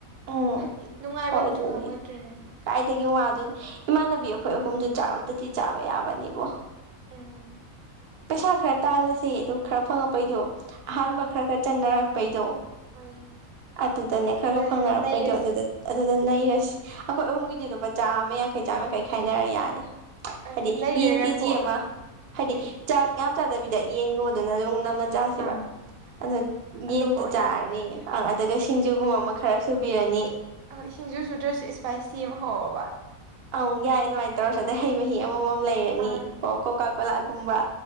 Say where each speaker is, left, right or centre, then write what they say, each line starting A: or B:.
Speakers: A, on the right (about 60°); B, on the right (about 80°).
A: ꯎꯝ ꯎ
B: ꯍꯥꯏꯗꯤ ꯅꯨꯡꯉꯥꯏꯕ
A: ꯍꯣꯏ
B: ꯑꯃꯁꯨ
A: ꯑꯗꯨꯅꯤ
B: ꯈꯪꯉꯣꯏꯗ꯭ꯔꯤꯅꯦ
A: ꯀꯥꯏꯗꯒꯤ ꯋꯥꯗꯣꯏꯅꯤ ꯏꯃꯥꯟꯅꯕꯤ
B: ꯎꯝ
A: ꯑꯩꯈꯣꯏ ꯑꯍꯨꯝꯗꯨ ꯆꯥꯝ ꯗꯤꯤ ꯆꯥꯋꯦ ꯑꯋꯥꯅꯤꯕꯨꯣ
B: ꯎꯝ
A: ꯄꯩꯁꯥ ꯈꯔ ꯇꯥꯜꯂꯁꯦ ꯑꯗꯨ ꯈꯔ ꯐꯪꯉꯛꯄꯩꯗꯣ ꯑꯍꯥꯟꯕ
B: ꯑꯥ
A: ꯈꯔ ꯈꯔ ꯆꯪꯅꯔꯛꯄꯩꯗꯣ
B: ꯍꯣꯏ
A: ꯑꯗꯨꯗꯅꯦ ꯈꯔ
B: ꯑꯗꯨꯗ
A: ꯈꯔ ꯐꯪꯅꯔꯛꯄꯩꯗꯣ
B: ꯅꯩꯔꯁꯤ
A: ꯑꯗꯨꯗ ꯑꯗꯨꯗ ꯅꯩꯔꯁꯤ ꯑꯩꯈꯣꯏ ꯑꯍꯨꯝꯒꯤꯗꯤ ꯂꯨꯄꯥ ꯆꯥꯝꯃ ꯌꯥꯡꯈꯩ ꯆꯥꯝ ꯌꯥꯡꯈꯩ ꯈꯥꯏꯅꯔ ꯌꯥꯅꯤ
B: ꯑꯪ
A: ꯍꯥꯏꯗꯤ
B: ꯅꯩꯔꯒ
A: ꯌꯦꯟ ꯀꯦꯖꯤ
B: ꯊꯣꯛ
A: ꯑꯃ ꯍꯥꯏꯗꯤ
B: ꯍꯣꯏ
A: ꯆꯥꯛ ꯌꯥꯝ ꯆꯥꯗꯕꯤꯗ ꯌꯦꯟꯒꯨꯝꯕꯗꯨꯅ ꯑꯗꯨꯝ ꯅꯝꯅ ꯆꯥꯁꯦꯕ
B: ꯑꯥ ꯍꯣꯏ
A: ꯑ
B: ꯑꯇꯣꯞꯄ
A: ꯌꯦꯟꯗꯨ
B: ꯑꯣꯏꯅ
A: ꯆꯥꯔꯅꯤꯪ ꯑꯗꯨꯒ ꯁꯤꯡꯖꯨꯒꯨꯝꯕ ꯑꯃ ꯈꯔ ꯁꯨꯕꯤꯔꯅꯤ
B: ꯑꯣꯏ ꯁꯤꯡꯖꯨ ꯁꯨꯗ꯭ꯔꯁꯨ ꯏꯁꯄꯥꯏꯁꯤ ꯑꯃ ꯍꯧꯔꯕ
A: ꯑꯪ ꯌꯥꯏ ꯑꯗꯨꯃꯥꯏꯅ ꯇꯧꯔꯁꯨ ꯑꯗꯩ ꯍꯩ ꯃꯍꯤ ꯑꯃꯃꯝ ꯂꯩꯔꯅꯤ
B: ꯑꯪ
A: ꯀꯣ ꯀꯣꯀꯥ ꯀꯣꯂꯥꯒꯨꯝꯕ